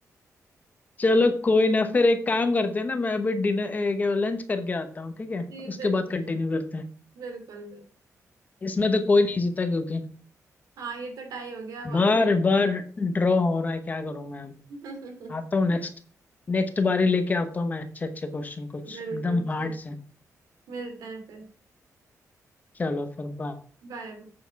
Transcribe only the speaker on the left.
चलो कोई ना फिर एक काम करते हैं ना मैं अभी डिनर क्या लंच करके आता हूँ ठीक है
उसके
बाद कंटिन्यू करते हैं
इसमें तो कोई नहीं जीता क्योंकि
बार
बार ड्रॉ हो रहा है क्या करूं मैं
आता हूँ नेक्स्ट नेक्स्ट बारी लेके आता हूँ मैं अच्छे अच्छे क्वेश्चन कुछ
एकदम हार्ड
से
चलो फिर बाय